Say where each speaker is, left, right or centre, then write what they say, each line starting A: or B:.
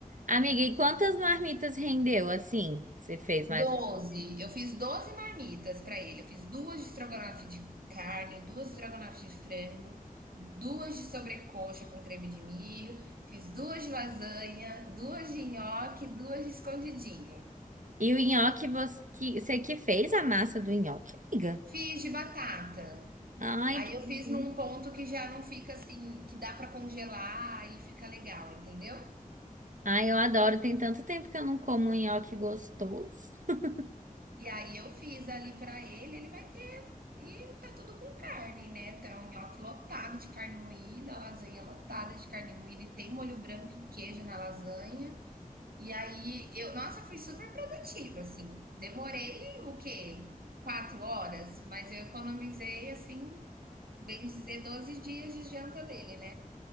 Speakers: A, on the right (about 60°); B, on the right (about 85°).
A: amiga, e quantas marmitas rendeu assim? que Você fez mais?
B: 12. Eu fiz 12 marmitas para ele. Eu fiz duas de estrogonofe de carne, duas de estrogonofe de frango, duas de sobrecoxa com creme de milho, fiz duas de lasanha, duas de nhoque, duas de escondidinho.
A: E o nhoque você que, você que fez a massa do nhoque, amiga?
B: Fiz de batata.
A: Ai,
B: Aí
A: que delícia.
B: eu fiz num ponto que já não fica assim, que dá pra congelar e fica legal, entendeu?
A: Ai, eu adoro. Tem tanto tempo que eu não como um nhoque gostoso. <laughs>
B: E aí eu fiz ali pra ele, ele vai ter e tá tudo com carne, né? Tá um nhoque lotado de carne moída, a lasanha lotada de carne moída e tem molho branco e queijo na lasanha. E aí eu, nossa, fui super produtiva, assim. Demorei o quê? Quatro horas, mas eu economizei assim, bem dizer, 12 dias de janta dele, né?